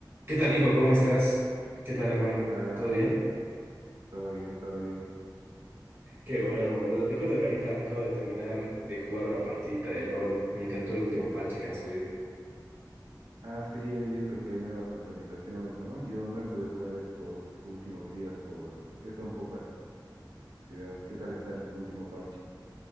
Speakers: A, on the right; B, on the right.
A: ¿Qué tal, hijo? ¿Cómo estás? ¿Qué tal, hermano?
B: ¿Qué tal, Emma?
A: ¿Todo bien?
B: Todo bien, todo bien.
A: Qué bueno, boludo. Te cuento, carita, acabo de terminar de jugar una partidita de LOL. Me encantó el último parche que han subido.
B: Ah, sí, he visto que hay nuevas actualizaciones, ¿no? Yo no he podido jugar estos últimos días por esta un poco ansiedad. ¿Qué tal está el último parche?